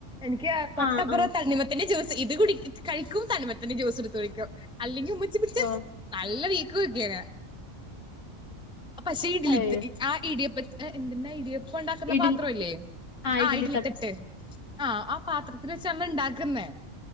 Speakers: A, in the centre; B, on the left.
A: എനിക്ക് തൊട്ടപ്പുറ
B: ആ ആ
A: തണ്ണിമത്തന്റെ ജ്യൂസ് ഇത് കുടി കഴിക്കും തണ്ണിമത്തന്റെ ജ്യൂസ് എടുത്ത് കഴിക്കും അല്ലെങ്കി ഉമ്മ
B: ആഹ്
A: നല്ല വീക്ക് വിക്കിയനെ പക്ഷേ <unintelligible>
B: അയ്യോ
A: ആ ഇടിയപ്പ ഏഹ് എന്തിന്റെ ആ ഇടിയ പ്പം ഉണ്ടാക്കുന്ന
B: ഇഡ്ലി
A: പാത്രമില്ലേ
B: ആ
A: ആഹ്
B: ഇഡ്ലി
A: ഇഡ്ഡലി തട്ട് ആഹ് ആ പത്രത്തില് <unintelligible> ഉണ്ടാക്കുന്നേ